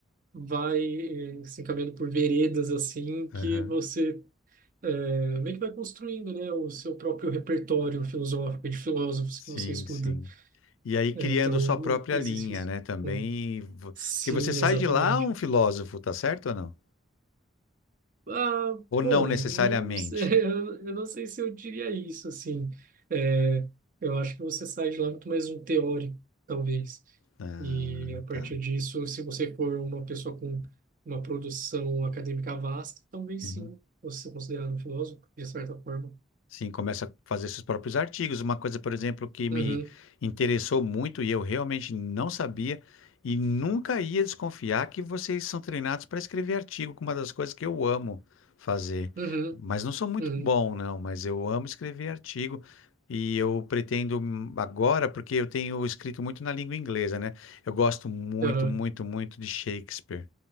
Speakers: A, on the right; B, on the left.
A: vai eh, se encaminhando por veredas assim que
B: Aham.
A: você eh, meio que vai construindo, né, o seu próprio repertório filosófico e de filósofos
B: Sim,
A: que você estuda.
B: sim. E aí
A: É,
B: criando
A: então
B: sua própria
A: existe
B: linha,
A: isso.
B: né? Também.
A: né?
B: vo-
A: Sim,
B: Porque você sai
A: exatamente.
B: de lá um filósofo, tá certo ou não?
A: Ah,
B: Ou
A: bom,
B: não necessariamente?
A: não sei, <laughs> eu eu não sei se eu diria isso, assim. É, eu acho que você sai de lá muito mais um teórico, talvez.
B: Ah,
A: E a partir
B: tá.
A: disso, se você for uma pessoa com uma produção acadêmica vasta, talvez
B: Uhum.
A: sim, você ser considerado um filósofo, de certa forma.
B: Sim, começa a fazer seus próprios artigos. Uma coisa, por exemplo, que me
A: Uhum,
B: interessou muito e eu realmente não sabia e nunca ia desconfiar que vocês são treinados para escrever artigo, que é uma das coisas que eu amo fazer.
A: uhum,
B: Mas não sou muito
A: uhum,
B: bom, não, mas eu amo escrever artigo e eu pretendo hum, agora, porque eu tenho escrito muito na língua inglesa, né? Eu gosto muito,
A: aham.
B: muito, muito de Shakespeare,